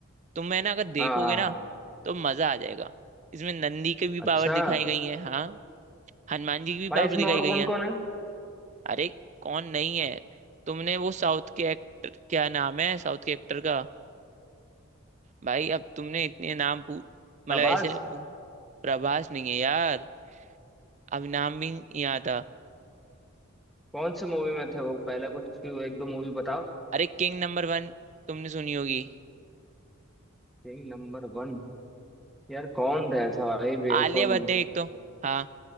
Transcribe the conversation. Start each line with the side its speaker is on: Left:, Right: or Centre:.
Right: तो मैं ना अगर देखोगे
Centre: हाँ हाँ
Right: ना
Centre: हाँ।
Right: तो मजा आ जाएगा इसमें नंदी की भी
Centre: अच्छा
Right: पावर दिखाई गई है हाँ हनुमान जी की भी
Centre: भाई
Right: पावर
Centre: इसमें
Right: दिखाई
Centre: और
Right: गई
Centre: कौन
Right: है
Centre: कौन है
Right: अरे कौन नहीं है तुमने वो साउथ के एक्टर क्या नाम है साउथ के एक्टर का भाई अब तुमने इतने नाम पू
Centre: प्रभास
Right: मतलब ऐसे प्रभास नहीं है यार अब नाम भी नहीं आता
Centre: कौन से मूवी में थे वो पहले कुछ उसकी एक दो मूवी बताओ
Right: अरे किंग नंबर वन तुमने सुनी होगी
Centre: King number one यार कौन था ऐसा भाई बे
Right: आलिया
Centre: कौन
Right: भट्ट है एक तो हाँ